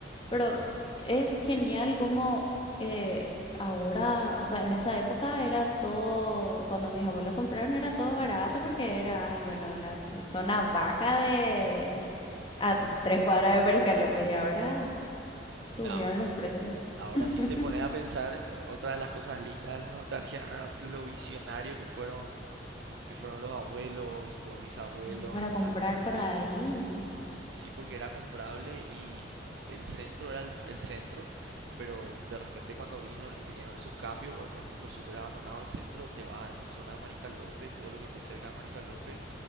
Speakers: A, on the left (about 25°); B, on the right (about 75°).
A: Pero es genial como eh, ahora, o sea, en esa época era todo, cuando mis abuelos compraron era todo barato porque era,
B: Sí,
A: ay, bueno, la z- zona baja de a tres cuadras de Mariscal López y ahora subieron
B: no.
A: los precios.
B: Ahora
A: <laughs>
B: sí te pones a pensar, eh, otra de las cosas lindas de la nostalgia, lo visionario que fueron, que fueron los abuelos, los bisabuelos
A: Sí, para
B: en
A: comprar
B: esas compras.
A: por ahí,
B: Sí. Sí, porque era comprable y el centro era el, el centro, pero de repente cuando vino, vinieron esos cambios, hoy por ejemplo súper abandonado el centro, te vas a esa zona de Mariscal López, todo lo que esté cerca de Mariscal López,